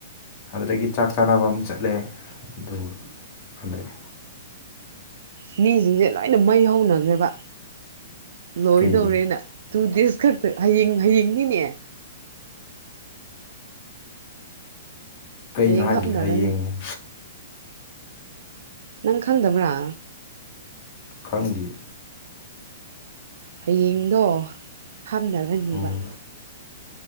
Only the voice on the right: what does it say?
<inaudible> ꯃꯤꯁꯤꯡꯁꯦ ꯂꯣꯏꯅ ꯃꯩ ꯍꯧꯅꯈ꯭ꯔꯦꯕ ꯂꯣꯏꯗꯧꯔꯦꯅ
ꯇꯨ ꯗꯦꯁ ꯈꯛꯇ ꯍꯌꯦꯡ ꯍꯌꯦꯡꯅꯤꯅꯦ
ꯍꯌꯦꯡ
ꯍꯥꯞꯅꯔꯅꯤ
ꯅꯪ ꯈꯪꯗꯕ꯭ꯔꯥ
ꯍꯌꯦꯡꯗꯣ ꯍꯥꯟꯅꯔꯅꯤꯕꯥ